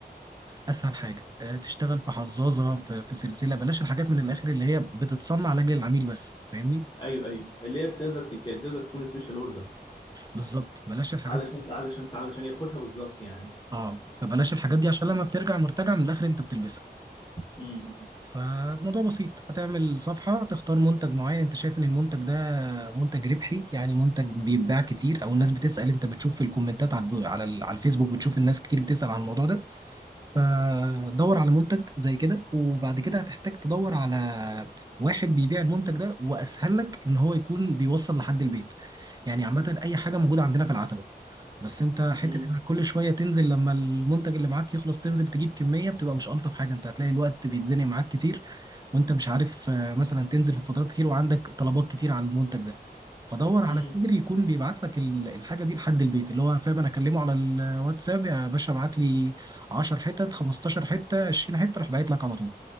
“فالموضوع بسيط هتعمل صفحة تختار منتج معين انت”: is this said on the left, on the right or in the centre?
Right